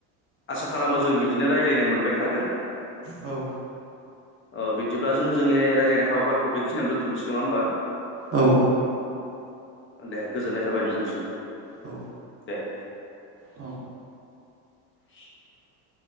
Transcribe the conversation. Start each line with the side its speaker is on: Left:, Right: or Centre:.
Left: आसा खालामो जों बि बिदिनो रायलायनो मोनबाय थागोन
Right: औ
Left: अ बिदिब्ला जों जोंनि रायज्लायनाय हाबाफारिखौ बेखिनियाव दोनथनोसै नङा होमबा
Right: औ
Left: दे गोजोननाय थाबाय नोंथांसिम
Right: औ
Left: दे
Right: औ
Left: <inaudible>